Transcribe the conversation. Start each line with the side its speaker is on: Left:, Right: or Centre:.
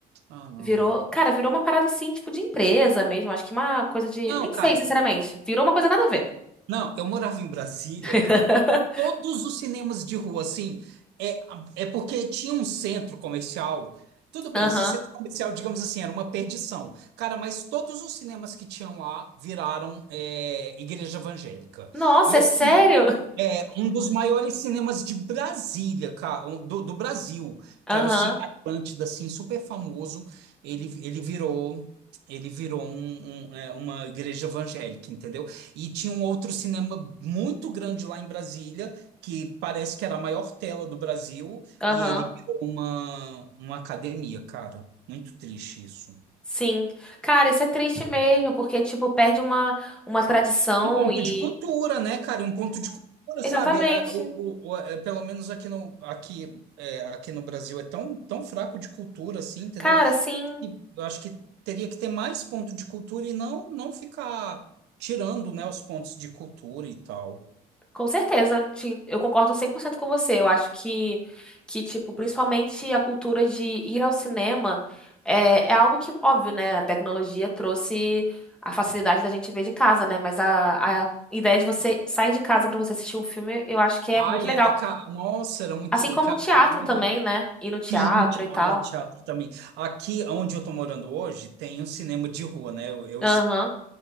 Right: Ah, não.
Centre: Virou, cara, virou uma parada assim, tipo, de empresa mesmo. Acho que uma coisa de.
Right: Não,
Centre: Nem
Right: cara.
Centre: sei, sinceramente. Virou uma coisa nada a ver.
Right: Não, eu morava em Brasília,
Centre: <laughs>
Right: cara. Todos os cinemas de rua, assim, é, é porque tinha um centro comercial. Tudo bem,
Centre: Aham.
Right: esse centro comercial, digamos assim, era uma perdição. Cara, mas todos os cinemas que tinham lá viraram é, igreja evangélica.
Centre: Nossa,
Right: E
Centre: é
Right: assim,
Centre: sério?
Right: é um dos maiores cinemas de Brasília, cara, um- do, do Brasil,
Centre: Aham,
Right: que era o Cine Atlântida, assim, super famoso. Ele, ele virou, ele virou um- um, é, uma igreja evangélica, entendeu? E tinha um outro cinema muito grande lá em Brasília, que parece que era a maior tela do Brasil,
Centre: aham.
Right: e ele virou uma, uma academia, cara. Muito triste isso.
Centre: Sim. Cara, isso é triste mesmo, porque, tipo, perde uma, uma tradição
Right: Um ponto
Centre: e.
Right: de cultura, né, cara? Um ponto de cultura,
Centre: Exatamente.
Right: sabe? É, o- o- o- é, pelo menos aqui no, aqui, é, aqui no Brasil é tão, tão fraco de cultura, assim, entendeu?
Centre: Cara, sim,
Right: E eu acho que teria que ter mais ponto de cultura e não, não ficar tirando, né, os pontos de cultura e tal.
Centre: com certeza. Te- Eu concordo 100% com você. Eu acho que, que, tipo, principalmente a cultura de ir ao cinema é, é algo que, óbvio, né? A tecnologia trouxe a facilidade da gente ver de casa, né? Mas a, a ideia de você sair de casa pra você assistir um filme, eu acho que é
Right: Ai,
Centre: muito legal.
Right: é, é, cara, nossa, era muito.
Centre: Assim como
Right: Cara,
Centre: o teatro
Right: eu lembro
Centre: também,
Right: do.
Centre: né? Ir no teatro
Right: Sim, te-
Centre: e tal.
Right: ai, teatro também. Aqui onde eu tô morando hoje tem um cinema de rua, né? Eu, eu
Centre: Aham,